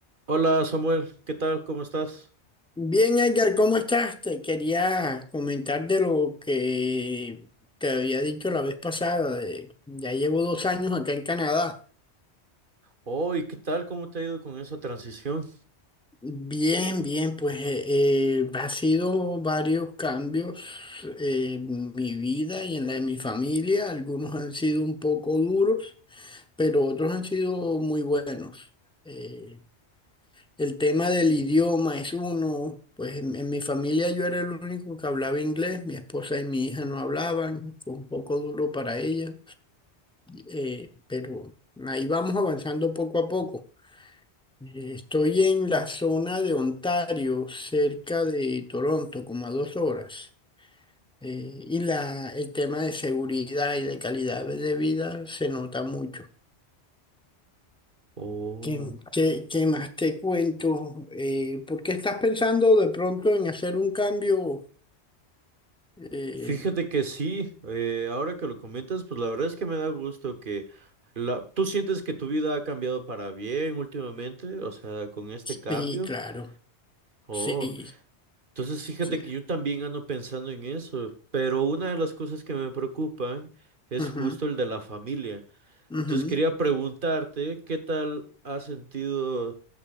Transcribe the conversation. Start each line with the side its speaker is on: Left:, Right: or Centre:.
Right: Hola Samuel, ¿qué tal? ¿Cómo estás?
Centre: Bien, Edgar, ¿cómo estás? Te quería comentar de lo que te había dicho la vez pasada. de- ya llevo dos años acá en Canadá.
Right: Oh, ¿y qué tal? ¿Cómo te ha ido con esa transición?
Centre: Bien, bien, pues eh, eh, ha sido varios cambios eh, en mi vida y en la de mi familia. Algunos han sido un poco duros, pero otros han sido muy buenos. Eh, El tema del idioma es uno, pues en, en mi familia yo era el único que hablaba inglés, mi esposa y mi hija no hablaban, fue un poco duro para ellas, eh, pero ahí vamos avanzando poco a poco. Eh, Estoy en la zona de Ontario, cerca de Toronto, como a dos horas, eh, y la, el tema de seguridad y de calidad de vida se nota mucho.
Right: Oh,
Centre: ¿Qué, qué- qué más te cuento? Eh, ¿por qué estás pensando de pronto en hacer un cambio? Eh,
Right: fíjate que sí, eh, ahora que lo comentas, pues la verdad es que me da gusto que la... ¿Tú sientes que tu vida ha cambiado para bien últimamente? O sea, con este
Centre: sí,
Right: cambio.
Centre: claro,
Right: Oh,
Centre: sí,
Right: entonces fíjate
Centre: sí.
Right: que yo también ando pensando en eso, pero una de las cosas que me preocupan es
Centre: Ujú,
Right: justo el de la familia.
Centre: ujú.
Right: Entonces quería preguntarte, ¿qué tal has sentido?